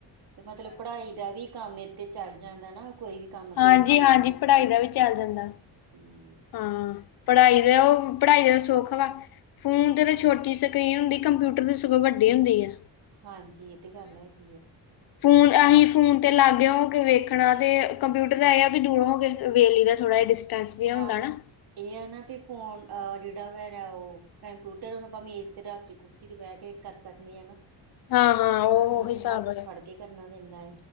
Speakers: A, on the right (about 60°); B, on the left (about 60°).
A: ਮਤਲਬ ਪੜ੍ਹਾਈ ਦਾ ਵੀ ਕੰਮ ਇਥੇ ਚੱਲ ਜਾਂਦਾ ਨਾ ਕੋਈ ਵੀ। ਕੰਮ ਕਰਨਾ
B: ਹਾਂਜੀ,
A: ਹੋਇਆ
B: ਹਾਂਜੀ।
A: ਨਾ
B: ਪੜ੍ਹਾਈ ਦਾ ਵੀ ਚੱਲ ਜਾਂਦਾ।
A: ਠੀਕ। ਆ,
B: ਹਾਂ, ਪੜ੍ਹਾਈ ਦਾ ਉਹ ਪੜ੍ਹਾਈ ਦਾ ਸੁਖ ਵਾ। ਫੋਨ ਤੇ ਛੋਟੀ ਸਕ੍ਰਰੀਨ ਹੁੰਦੀ, ਕੰਪਿਊਟਰ ਤੇ ਸਗੋਂ ਵੱਡੀ ਹੁੰਦੀ ਐ।
A: ਹਾਂਜੀ। ਇਹ ਤੇ ਗੱਲ ਹੈਗੀ ਏ।
B: ਫੋਨ ਅਸੀਂ ਫੋਨ 'ਤੇ ਲਾਗ ਹੋ ਕੇ ਵੇਖਣਾ ਅਤੇ ਕੰਪਿਊਟਰ ਦਾ ਇਹ ਆ ਵੀ ਦੂਰ ਹੋ ਕੇ ਵੇਖਲੀ ਦਾ ਥੋੜ੍ਹਾ ਜਿਹਾ ਡਿਸਟੈਂਸ ਜਿਹਾ
A: ਹਾਂ।
B: ਹੁੰਦਾ ਨਾ
A: ਇਹ ਹੈ ਨਾ ਵੀ ਫੋਨ ਜਿਹੜਾ ਵੀ ਉਹ ਕੰਪਿਊਟਰ ਉਹਨੂੰ ਆਪਾਂ ਮੇਜ ਤੇ ਰੱਖ ਕੇ ਕੁਰਸੀ ਤੇ ਬਹਿ ਕੇ ਕਰ ਸਕਦੀ ਆ ਨਾ,
B: ਹਾਂ ਹਾਂ ਉਹ
A: ਫੋਨ
B: ਉਹੀ
A: ਨੂੰ
B: ਹਿਸਾਬ
A: ਹੱਥ ਚ
B: ਹੈ
A: ਫੜ ਕੇ ਕਰਨਾ ਪੈਂਦਾ।